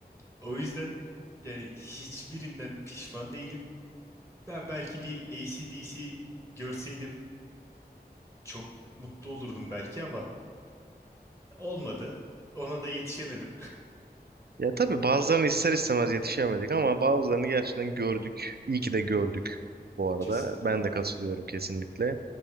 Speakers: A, on the right; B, on the right.
A: o yüzden yani hiçbirinden pişman değilim. Ben belki bir AC/DC görseydim çok mutlu olurdum belki ama olmadı. Ona da yetişemedim.
B: Ya tabii bazılarını ister istemez yetişemedik ama bazılarını gerçekten gördük. İyi ki de gördük bu arada.
A: <laughs> Kesinlikle
B: Ben
A: abi.
B: de katılıyorum kesinlikle.